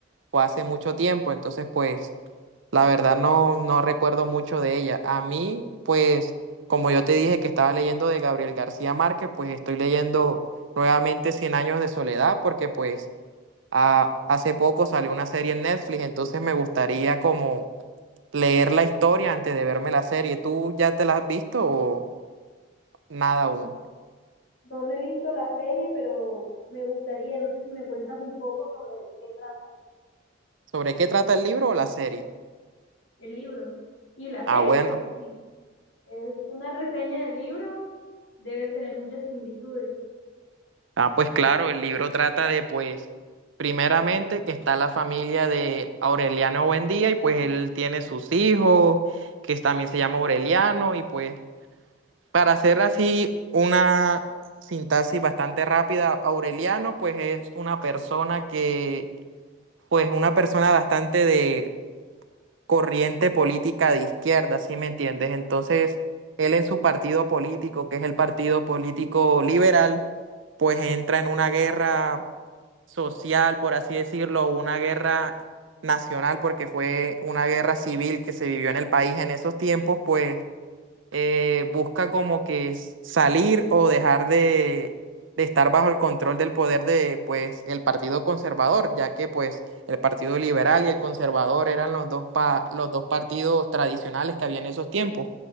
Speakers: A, on the right; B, on the left.
A: fue hace mucho tiempo. Entonces pues la verdad no, no recuerdo mucho de ella. A mí pues, como yo te dije que estaba leyendo de Gabriel García Márquez, pues estoy leyendo nuevamente Cien años de soledad porque pues... Ah, hace poco salió una serie en Netflix, entonces me gustaría como leer la historia antes de verme la serie. ¿Tú ya te la has visto o nada aún?
B: No me he visto la serie, pero me gustaría, no sé si me cuentas un poco sobre qué trata.
A: ¿Sobre qué trata el libro o la serie?
B: el libro y la
A: Ah,
B: serie,
A: bueno.
B: porque sí, es una reseña del libro, deben tener muchas similitudes.
A: Ah, pues claro, el libro trata de, pues, primeramente que está la familia de Aureliano Buendía y pues él tiene sus hijos, que también se llama Aureliano y pues, para hacer así una sintaxis bastante rápida, Aureliano pues es una persona que pues una persona bastante de corriente política de izquierda, ¿sí me entiendes? Entonces, él en su partido político, que es el partido político liberal, pues entra en una guerra social, por así decirlo, una guerra nacional, porque fue una guerra civil que se vivió en el país en esos tiempos, pues eh, busca como que s- salir o dejar de, de estar bajo el control del poder de, pues, el Partido Conservador, ya que, pues, el Partido Liberal y el Conservador eran los dos, pa- los dos partidos tradicionales que había en esos tiempos.